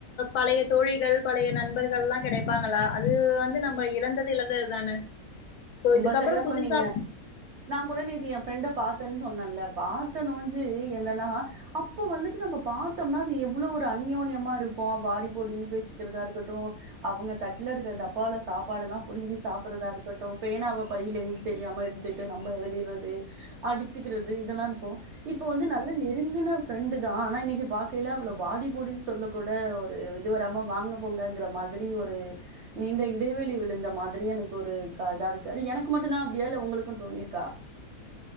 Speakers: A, on the left; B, on the right.
A: பழைய தோழிகள் பழைய நண்பர்கள் எல்லா கெடைப்பாங்களா அது வந்து நம்ம இழந்தது இழந்ததுதான சோ
B: ரொம்ப
A: இதுக்கப்பறொ
B: சரியா
A: புதுசா
B: சொன்னீங்க நா கூட நேத்து ஏ ஃப்ரண்ட பாத்தன்னு சொன்னேன்ல பாத்தனோஞ்சு என்னன்னா அப்ப வந்துட்டு நம்ம பாத்தம்னா அது எவ்ளோ ஒரு அன்யோன்யமா இருப்போ வாடி போ போடினு பேச்சிக்கிறதா இருக்கட்டு அவுங்க தட்ல இருக்க டப்பாவுல சாப்பாடெல்லாம் புடுங்கி சாப்புடறதா இருக்க பேனாவ பைய்ல இருந்து தெரியாம எடுத்துட்டு நம்ம எழுதிற்றது அடிச்சுக்கிறது இதெல்லா இருப்போ இப்ப வந்து நல்ல நெருங்கின ஃப்ரண்டுதா ஆனா இன்னைக்கு பாக்கயில அவள வாடி போடினு சொல்ல கூட ஒரு இது வராம வாங்க போங்கங்கிற மாதிரி ஒரு நீண்ட இடைவெளி விழுந்த மாதிரி எனக்கு ஒரு க இதா இருக்கு அது எனக்கு மட்டுந்தா அப்டியா இல்ல உங்களுக்கு தோணிருக்கா